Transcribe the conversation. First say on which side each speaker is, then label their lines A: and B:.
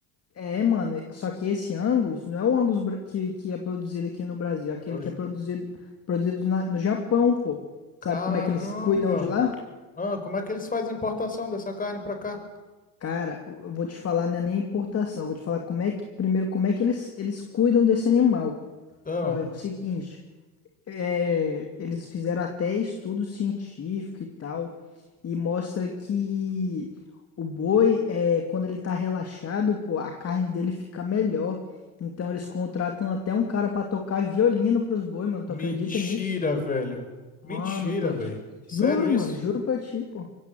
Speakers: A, on the left; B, on the left.
A: é, mano, só que esse Angus não é o Angus bra- que, que é produzido aqui no Brasil, é aquele
B: eu
A: que
B: ju-
A: é produzido produzido na- no Japão, pô.
B: Caramba!
A: Sabe como é que eles cuidam de lá?
B: Ah, como é que eles fazem importação dessa carne pra cá?
A: Cara, eu eu vou te falar, não é nem importação, eu vou te falar como é que primeiro como é que eles eles cuidam desse animal, pô.
B: Ah,
A: Ó, é o seguinte, é, eles fizeram até estudo científico e tal, e mostra que o boi, é, quando ele tá relaxado, pô, a carne dele fica melhor. Então eles contratam até um cara pra tocar violino pros boi, mano.
B: mentira,
A: Tu acredita nisso?
B: velho.
A: Mano,
B: Mentira,
A: tô
B: velho.
A: te... Juro,
B: Sério isso?
A: mano, juro pra ti, pô.